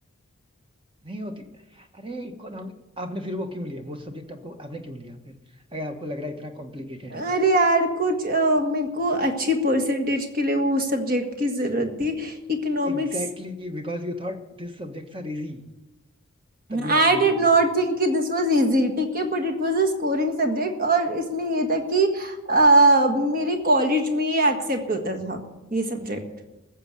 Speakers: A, on the right; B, on the right.
A: नहीं होती अरे इकोनॉमिक आपने फिर वो क्यों लिया वो सब्जेक्ट आपको आपने क्यों लिया फिर अगर आपको लग रहा है इतना कॉम्प्लिकेटेड है
B: अरे
A: तो
B: यार कुछ अ, मेरे को अच्छी परसेंटेज के लिए वो सब्जेक्ट की जरूरत थी economics
A: Exactly because you thought this subjects are easy तभी
B: I
A: आपने
B: did
A: ये लिया
B: not think कि दिस वाज इजी ठीक है but it was a scoring subject और इसमें ये था कि अ, मेरे कॉलेज में ये एक्सेप्ट होता था ये सब्जेक्ट